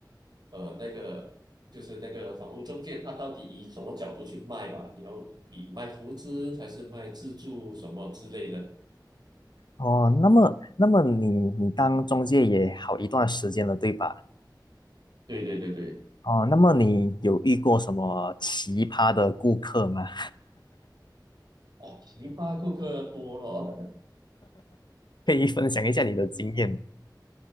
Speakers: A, on the right; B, on the left.
A: 呃，那个就是那个房屋中介，他到底以什么角度去卖吧？你要以卖投资还是卖自住什么之类的？
B: 哦，那么那么你你当中介也好一段时间了，对吧？
A: 对对对对。
B: 哦，那么你有遇过什么奇葩的顾客吗？<laughs>
A: 哦，奇葩顾客多了。
B: 可以分享一下你的经验。
A: <laughs>